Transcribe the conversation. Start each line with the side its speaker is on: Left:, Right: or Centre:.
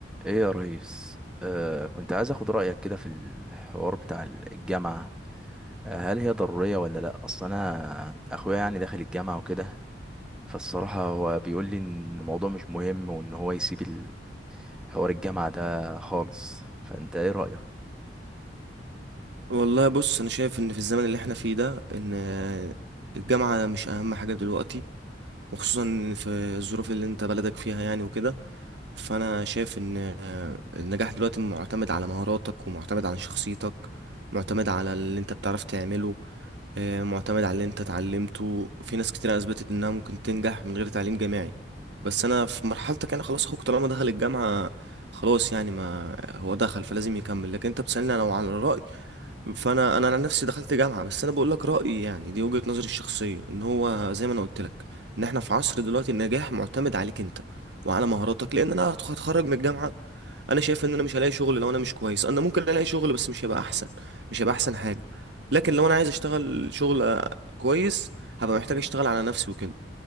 Centre: ايه يا ريس آه كنت عايز اخد رايك كده في الحوار بتاع الجامعه آه هل هي ضروريه ولا لا اصل انا اخويا يعني داخل الجامعه وكده فالصراحه هو بيقول لي ان الموضوع مش مهم وان هو يسيب ال- حوار الجامعه ده خالص فانت ايه رايك
Right: والله بص انا شايف ان في الزمن اللي احنا فيه ده ان الجامعة مش اهم حاجة دلوقتي وخصوصا في الظروف اللي انت بلدك فيها يعني وكده فانا شايف ان النجاح دلوقتي معتمد على مهاراتك ومعتمد على شخصيتك معتمد على اللي انت بتعرف تعمله آه، معتمد على اللي انت اتعلمته في ناس كتير اثبتت انها ممكن تنجح من غير تعليم جامعي بس انا في مرحلتك انا خلاص اخوك طالما دخل الجامعة خلاص يعني ما هو دخل فلازم يكمل لكن انت بتسألني لو على الرأي فانا انا عن نفسي دخلت جامعة بس انا بقول لك رأيي يعني دي وجهة نظري الشخصية ان هو زي ما انا قلت لك ان احنا في عصر دلوقتي النجاح معتمد عليك انت وعلى مهاراتك لان انا هتخرج من الجامعة انا شايف ان انا مش هلاقي شغل لو انا مش كويس انا ممكن الاقي شغل بس مش هيبقى احسن مش هيبقى احسن حاجه لكن لو انا عايز اشتغل شغل آه، كويس هبقى محتاج اشتغل على نفسي وكده